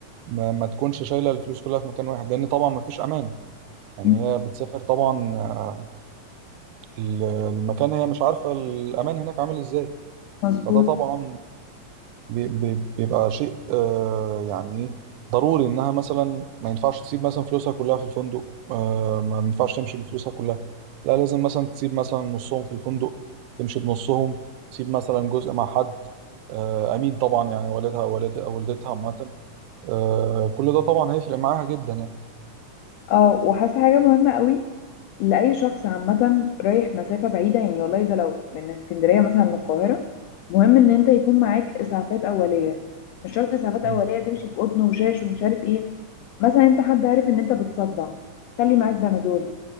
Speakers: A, on the right; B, on the left.
A: ما, ما تكونش شايله الفلوس كلها في مكان واحد لان طبعا ما فيش امان يعني
B: مم.
A: هي بتسافر طبعا آه، ال- المكان هي مش عارفه الامان هناك عامل ازاي
B: مظبوط
A: فده طبعا بي- بي- بيبقى شيء آه يعني إيه، ضروري انها مثلا ما ينفعش تسيب مثلا فلوسها كلها في الفندق آه ما ينفعش تمشي بفلوسها كلها لا لازم مثلا تسيب مثلا نصهم في الفندق تمشي بنصهم تسيب مثلا جزء مع حد آه امين طبعا يعني والدها او والد او والدتها عامه آه كل ده طبعا هيفرق معاها جدا
B: اه وحاسة حاجة مهمة قوي لأي شخص عامة رايح مسافة بعيدة يعني والله ده لو من اسكندرية مثلا للقاهرة مهم ان انت يكون معاك اسعافات أولية مش شرط اسعافات
A: يعني
B: أولية تمشي بقطن وشاش ومش عارف ايه مثلا انت حد عارف ان انت بتصدع خلي معاك بنادول